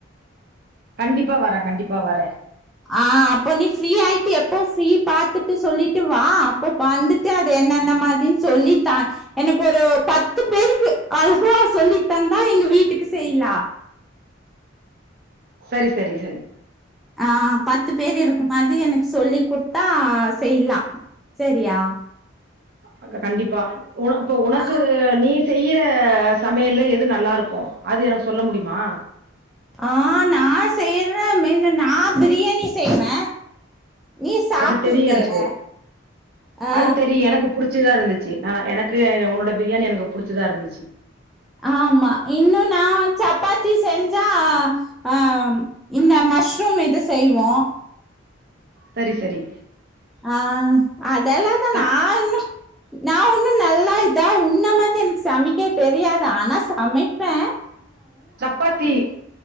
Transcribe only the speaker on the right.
கண்டிப்பா வர கண்டிப்பா வர
செரி செரி செரி
அதா கண்டிப்பா உன இப்ப உனக்கு
நீ செய்யிற சமையல்ல எது நல்லாருக்கு அது எனக்கு சொல்ல முடியுமா
அது தெரியு
எனக்கு
அது தெரியு எனக்கு புடிச்சுதா இருந் சி நா எனக்கு உன்னோட பிரியாணி எனக்கு புடிச்சுதா இருந்துச்சு
சரி சரி
சப்
சப்பாத்தி